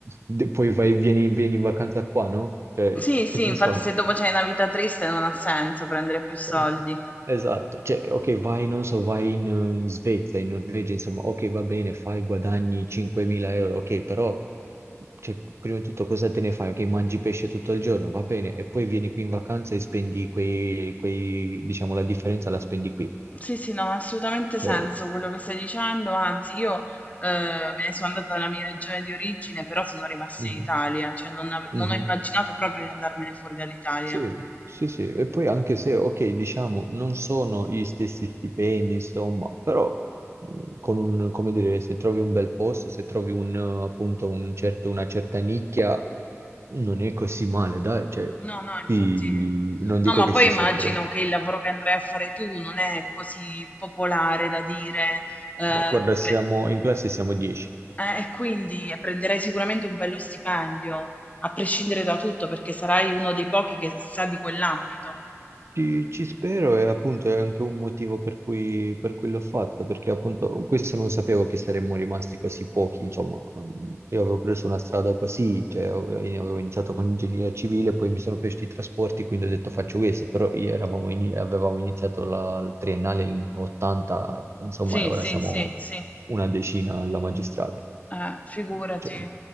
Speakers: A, on the right; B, on the left.
A: de- poi vai, vieni, vieni in vacanza qua, no? Cioè,
B: Sì,
A: che
B: sì,
A: senso
B: infatti
A: ha?
B: se dopo c'è una vita triste non ha senso prendere più soldi.
A: Eh, Esatto, cioè, ok, vai, non so, vai in, eh, in Svezia, in Norvegia, insomma, ok, va bene, fai, guadagni 5.000 euro, ok, però, cioè, prima di tutto cosa te ne fai? Ok, mangi pesce tutto il giorno, va bene, e poi vieni qui in vacanza e spendi quei, quei, diciamo, la differenza la spendi qui.
B: Sì, sì, no, ha assolutamente
A: Cioè,
B: senso quello che stai dicendo, anzi io eh, me ne sono andata dalla mia regione di origine, però sono rimasta
A: mhm,
B: in Italia, cioè non, av- non
A: mhm.
B: ho immaginato proprio di andarmene fuori dall'Italia.
A: Sì, sì, sì. E poi anche se, ok, diciamo, non sono gli stessi stipendi, insomma, però mh, con un, come dire, se trovi un bel posto, se trovi un, eh, appunto, un certo, una certa nicchia, non è così male, dai, cioè,
B: No, no, infatti...
A: ti- non dico
B: No, ma
A: che
B: poi
A: si
B: immagino
A: sopra...
B: che il lavoro che andrai a fare tu non è così popolare da dire, eh,
A: ma Guarda,
B: pre-
A: siamo in classe siamo 10.
B: eh, e quindi prenderai sicuramente un bello stipendio, a prescindere da tutto, perché sarai uno dei pochi che sa di quell'ambito.
A: Ci, ci spero e appunto è anche un motivo per cui, per cui l'ho fatto, perché appunto questo non sapevo che saremmo rimasti così pochi, insomma, mm, io avevo preso una strada così, cioè ho- avevo iniziato con ingegneria civile, poi mi sono piaciuti i trasporti, quindi ho detto faccio questo, però i- eravamo ini- avevamo iniziato la, il triennale in 80, insomma,
B: Sì,
A: e ora
B: sì,
A: siamo
B: sì, sì.
A: una decina alla magistrale.
B: Eh, figurati.
A: Cioè,